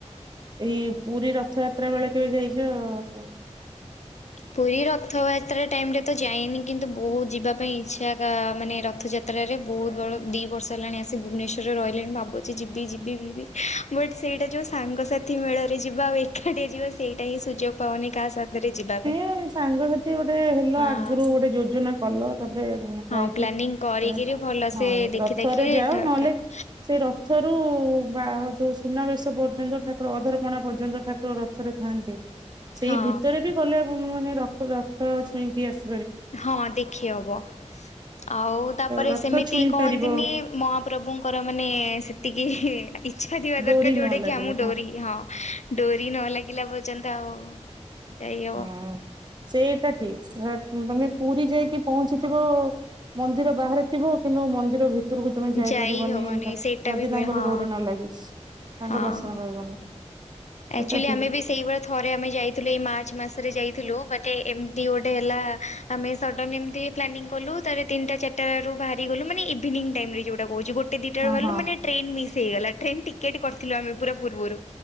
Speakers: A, on the right; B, on the left.
A: ଏଇ ପୁରୀ ର ଥଯାତ୍ରା ବେଳେ କେବେ ଯାଇଚ ଅ
B: ପୁରୀ ରଥଆତ୍ରେ ଟାଇମ୍ ରେ ତ ଯାଇନି କିନ୍ତୁ ବୋହୁତ ଯିବା ପାଇଁ ଇଚ୍ଛା କା ମାନେ ରଥଯାତ୍ରାରେ ବୋହୁତ ବଡ଼ ଦି ବର୍ଷ ହେଲାଣି ଆସି ଭୁବନେଶ୍ୱରରେ ରହିଲିଣି ଭାବୁଚି ଯିବି ଯିବି ଭିବି ବଟ୍ ସେଇଟା ଯୋଉ ସାଙ୍ଗସା ଥି ମେଳରେ ଯିବା ଆଉ ଏଖାଟିଆ ଯିବା ସେଇଟା ହିଁ ସୁଯୋଗ ପାଉନି କାହା ସାଥିରେ ଯିବା ପାଇଁ।
A: ଏ ସାଙ୍ଗସାଥି ଗୋଟେ ହେଲ
B: ହଁ
A: ଆଗୁରୁ ଗୋଟେ ଯୋଜନା କଲ ତାପରେ
B: ହଁ
A: ଯାଇ
B: ପ୍ଲାନିଂ
A: ଇ
B: କରିକିରି
A: ତ
B: ଭଲସେ
A: ହଁ
B: ଦେଖି
A: ରଥରେ
B: ଦେଖି
A: ଯାଅ ନହେଲେ
B: ଠାକ୍
A: ସେଇ ରଥରୁ ବା ଯୋଉ ସୁନାବେଶ ପର୍ଯ୍ୟନ୍ତ ଠାକୁର ଅଧରପଣା ପର୍ଯ୍ୟନ୍ତ ଠାକୁର ରଥରେ ଥାଆନ୍ତି। ସେଇ
B: ହଁ
A: ଭିତରେ ବି ଗଲେ ମାନେ ର ରଥ ଛୁଇଁକି ଆସ୍
B: ହଁ ଦେଖି ହବ ଆଉ ତାପରେ
A: ରଥ
B: ସେମିତି
A: ଛୁଇଁ
B: କହନ୍ତିନି
A: ପାରିବ
B: ମହାପ୍ରଭୁଙ୍କର ମାନେ ସେତିକି ଇ ଚ୍ଛା ଥିବା
A: ଡୋରି
B: ଦରକାର
A: ନ
B: ଯୋଉଟା
A: ଲାଗିଲେ
B: କି ଆମୁ ଡୋରି ହଁ ଡୋରି ନ ଲାଗିଲା ପର୍ଯ୍ୟନ୍ତ ଆଉ ଯାଇ ଅବ।
A: ହଁ ସେଇଟା ଠିକ୍ ତମେ ପୁରୀ ଯାଇକି ପହଞ୍ଚିଥିବ ମନ୍ଦିର ବାହାରେ ଥିବ କିନ୍ତୁ ମନ୍ଦିର ଭିତ ଭିତରକୁ ତମେ ଯାଇପାରିବନି
B: ଯାଇ ହବନି ସେଇଟା
A: ଯଦି
B: ବି
A: ତାଙ୍କର
B: ହଁ
A: ଡୋରି ନ ଲାଗିଚି। ତାଙ୍କ
B: ହଁ।
A: ଦର୍ଶନ ପାଇବନି।
B: ଆକ୍ଚୁଆଲି
A: ଏଇଟା ଠିକ
B: ଆମେ ବି ସେଇଭଳି ଥରେ ଆମେ ଯାଇଥିଲୁ ଏଇ ମାର୍ଚ୍ଚ ମାସରେ ଯାଇଥିଲୁ ବଟେ ଏମିତି ଗୋଟେ ହେଲା ଆମେ ସଡ଼ନ ଏମିତି ପ୍ଲାନିଂ କଲୁ ତାରେ ତିନିଟା ଚାରିଟାରୁ ବାହାରିଗଲୁ ମାନେ ଇଭିନିଂ ଟାଇମରେ ଯୋଉଟା କହୁଛି ଗୋଟେ ଦିଇଟା
A: ହଁ
B: ଗଲୁ
A: ହଁ
B: ମାନେ ଟ୍ରେନ୍ ମିସ୍ ହେଇଗଲା ଟ୍ରେନ ଟିକେଟ୍ କରିଥିଲୁ ଆମେ ପୁରା ପୂର୍ବରୁ